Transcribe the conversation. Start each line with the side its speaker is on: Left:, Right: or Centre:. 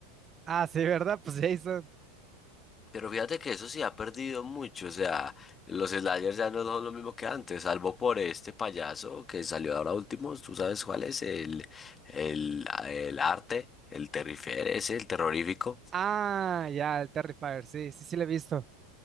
Right: Ah, sí, ¿verdad? Pues Jason.
Left: Pero fíjate que eso sí ha perdido mucho, o sea, los sliders ya no son lo mismo que antes, salvo por este payaso que salió ahora último, tú sabes cuál es, el, el, ah, el arte, el terrifer ese, el terrorífico.
Right: Ah, ya, el Terrifier, sí, sí, sí lo he visto.